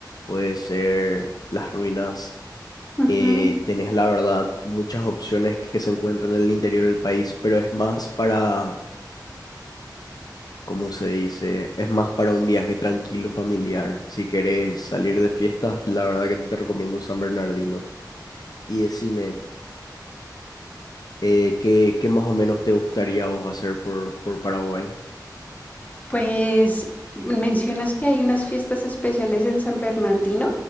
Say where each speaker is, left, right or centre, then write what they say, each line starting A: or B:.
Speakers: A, on the left; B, on the left.
A: puede ser las ruinas.
B: ujú.
A: Eh, tenés la verdad muchas opciones que se encuentran en el interior del país, pero es más para como se dice, es más para un viaje tranquilo, familiar. Si querés salir de fiestas, la verdad que te recomiendo San Bernardino. Y decime, eh, ¿qué, qué más o menos te gustaría a vos hacer por, por Paraguay?
B: Pues, ¿mencionas que hay unas fiestas especiales en San Bernardino